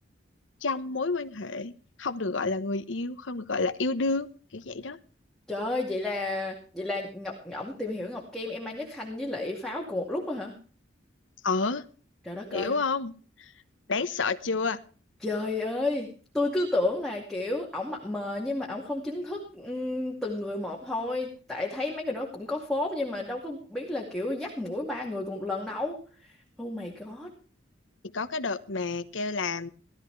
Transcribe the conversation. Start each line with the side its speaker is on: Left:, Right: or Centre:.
Left: trong mối quan hệ không được gọi là người yêu không được gọi là yêu đương kiểu vậy đó
Centre: trời ơi vậy là vậy là Ngọc ổng tìm hiểu Ngọc Kim em mang nhất khanh với lại Pháo cùng một lúc á hả
Left: ờ
Centre: trời đất
Left: hiểu
Centre: ơi
Left: không đáng sợ chưa
Centre: Trời ơi, tôi cứ tưởng là kiểu ổng mập mờ nhưng mà ổng không chính thức ừm, từng người một thôi. Tại thấy mấy người đó cũng có phốt nhưng mà đâu có biết là kiểu dắt mũi ba người cùng một lần đâu. Oh my god.
Left: thì có cái đợt mà kêu là